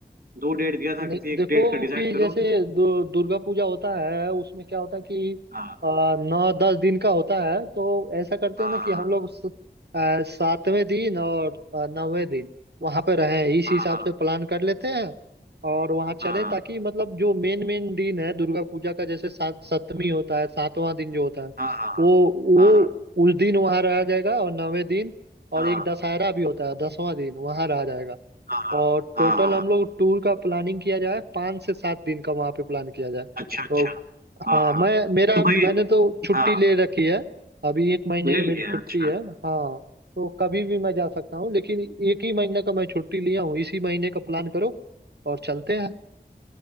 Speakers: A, on the right (about 60°); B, on the right (about 75°).
A: दो डेट दिया था
B: नहीं
A: किसी एक
B: देखो
A: डेट का डिसाइड
B: कि
A: करो
B: जैसे दु, दुर्गा पूजा होता है उसमें क्या होता है कि
A: हाँ
B: आ, नौ दस दिन का होता है तो ऐसा करते
A: हाँ
B: हैं ना कि
A: हाँ
B: हम लोग स- आ, सातवें दिन और आ, नौवें दिन वहां पे रहें इस
A: हाँ
B: हिसाब
A: हाँ
B: से प्लान कर लेते हैं और वहां चलें
A: हाँ
B: ताकि मतलब जो मेन मेन दिन है दुर्गा पूजा का जैसे सात सप्तमी होता है सातवां दिन जो होता है
A: हाँ हाँ
B: वो वो
A: हाँ
B: उस दिन वहां रहा जाएगा और नौवें दिन और
A: हाँ हाँ
B: एक दशहरा भी होता है दसवां दिन वहां रहा जाएगा
A: हाँ हाँ
B: और टोटल
A: हाँ, हाँ,
B: हम लोग टूर का प्लानिंग किया जाए पाँच से सात दिन का वहाँ पे प्लान किया जाए तो
A: अच्छा अच्छा हाँ
B: हाँ
A: हाँ
B: मैं मेरा
A: तो भाई
B: मैंने तो छुट्टी
A: हाँ
B: ले रखी है अभी एक महीने
A: ले
B: की मेरी
A: लिया
B: छुट्टी
A: अच्छा
B: है हाँ तो कभी भी मैं जा सकता हूँ लेकिन एक ही महीने का मैं छुट्टी लिया हूँ इसी महीने का प्लान करो और चलते हैं